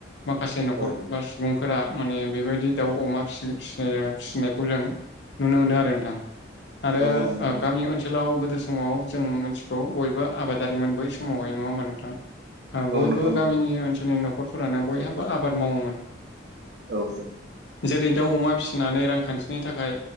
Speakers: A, on the left (about 65°); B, on the right (about 55°).
A: माखासे न'खर
B: औ
A: बा सुबुंफोरा माने बेबायदि दाउ अमा फिसि फिसिनायखौ जों नुनो मोनो आरो नोंथां आरो
B: औ औ नंगौ
A: गामि ओनसोलाव। गोदो समाव जों मिथिगौ बयबो आबादारिमोन बै समावहाय नङा होमबा नोंथां।
B: औ
A: बयबो
B: नंगौ नंगौ
A: गामिनि ओनसोलनि न'खरफोरानो बयहाबो आबाद मावोमोन।
B: औ औ।
A: जेरै दाउ अमा फिसिनानै रांखान्थिनि थाखाय